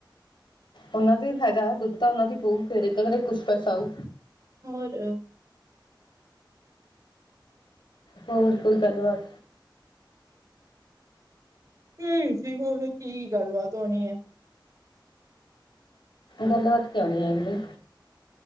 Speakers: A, on the left; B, on the right.
A: ਉਹਨਾਂ ਦਾ ਹੀ ਫਾਇਦਾ ਦੁੱਧ ਤਾਂ ਉਹਨਾਂ ਦੀ ਪਊ ਫੇਰ ਇੱਕ ਕਦਰੇ ਕੁਛ ਪੈਸਾ ਆਊ।
B: ਹੋਰ।
A: ਹੋਰ ਕੋਈ ਗੱਲਬਾਤ?
B: ਏਹੀ ਸੀ, ਹੋਰ ਕੀ ਗੱਲਬਾਤ ਹੋਣੀ ਹੈ।
A: ਗੱਲਬਾਤ ਕਿਉਂ ਨਹੀਂ ਆਏਂਗੀ।